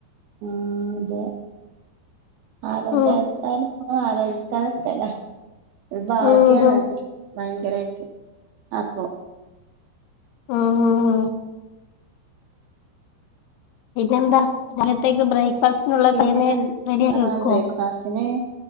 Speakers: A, on the right; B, on the left.
A: ഉം അതെ ആലോജ
B: ഉം
A: ച്ചാലും ആഹ് ആലോചിക്കാതെക്കേലാ ഒരു ഭാഗ്യാണ്
B: ഉം ഉം
A: അത് ഭയങ്കരായിട്ട് അപ്പൊ
B: ഉം ഉം ഉം. ഇതെന്താ ഇന്നത്തേക്ക് ബ്രേക്ക് ഫാസ്റ്റിനുള്ള
A: പിന്നെ
B: തേനെ റെഡിയാക്കി
A: ആ
B: വെക്കോ?
A: ബ്രേക്ക്ഫാസ്റ്റിന്